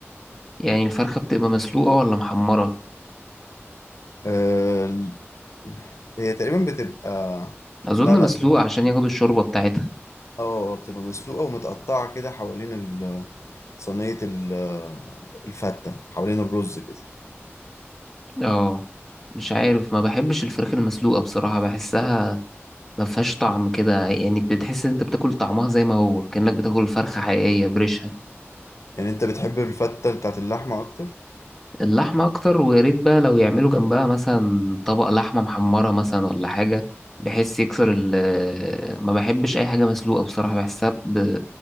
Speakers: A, in the centre; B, on the left (about 85°).
A: يعني الفرخة بتبقى مسلوقة ولا محمرة؟
B: آه، ال- هي تقريبا بتبقى
A: أظن
B: لا لا
A: مسلوقة
B: بتبقى-
A: عشان ياخدوا الشوربة بتاعتها
B: اه آه، بتبقى مسلوقة ومتقطعة كده حوالين ال- صينية ال- الفتة حوالين الرز كده
A: اه مش عارف ما بحبش الفراخ المسلوقة بصراحة بحسها ما فيهاش طعم كده يعني بتحس ان انت بتاكل طعمها زي ما هو كأنك بتاكل فرخة حقيقية بريشها
B: يعني انت بتحب الفتة بتاعت اللحمة اكتر
A: اللحمة اكتر ويا ريت بقى لو يعملوا جنبها مثلا طبق لحمة محمرة مثلا ولا حاجة بحس يكسر ال آه، ما بحبش اي حاجة مسلوقة بصراحة بحسها ب...